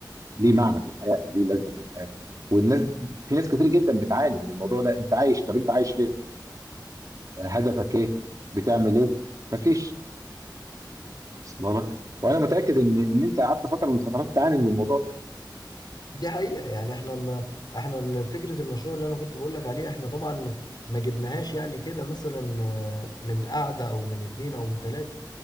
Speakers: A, on the right; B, on the left.
A: ليه معنى في الحياه او ليه لازمه في الحياه والناس في ناس كتير جدا بتعاني من الموضوع ده انت عايش طب انت عايش ليه؟ آه، هدفك ايه؟ بتعمل ايه؟ مفيش وصل لك وانا متاكد ان ان انت قعدت فتره من الفترات تعاني من الموضوع ده
B: دي حقيقة يعني احنا ما احنا ال- فكرة المشروع اللي انا كنت بقول لك عليه احنا طبعا ما جبناهاش يعني كده مثلا آه، من قعدة او من اتنين او من تلاتة